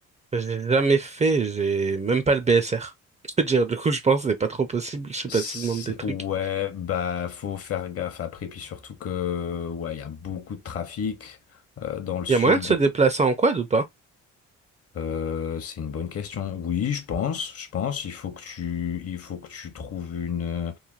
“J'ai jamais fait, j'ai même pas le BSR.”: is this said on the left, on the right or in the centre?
Right